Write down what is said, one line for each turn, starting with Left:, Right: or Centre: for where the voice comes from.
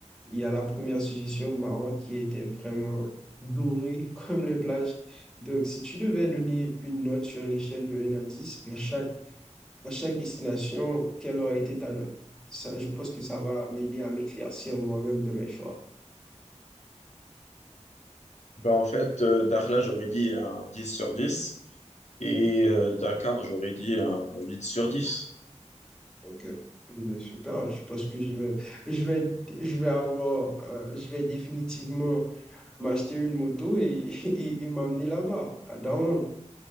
Centre: il y a la première suggestion au Maroc qui était vraiment dorée <laughs> comme les plages. Donc, si tu devais donner une note sur une échelle de un à 10 à chaque, à chaque destination, quelle aurait été ta note? Ça, je pense que ça va m'aider à m'éclaircir moi-même de mes choix.
Left: Bah, en fait, euh, Dakhla, j'aurais dit un 10 sur dix, et euh, Dakar, j'aurais dit un huit sur dix.
Centre: Ok. Ben, super, je pense que je vais, je vais, je vais avoir, euh, je vais définitivement m'acheter une moto et, <laughs> et, et m'emmener là-bas, à Daron.